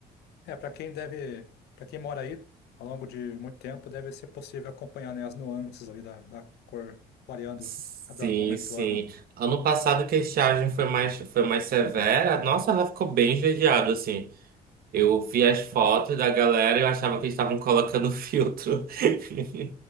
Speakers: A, on the left; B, on the right.
A: É, para quem deve, para quem mora aí ao longo de muito tempo, deve ser possível acompanhar, né, as nuances ali da, da cor variando
B: Sim,
A: a cada momento
B: sim.
A: do ano.
B: Ano passado que a estiagem foi mais, foi mais severa, nossa, ela ficou bem esverdeada, assim. Eu vi as fotos da galera e eu achava que eles estavam colocando filtro <laughs>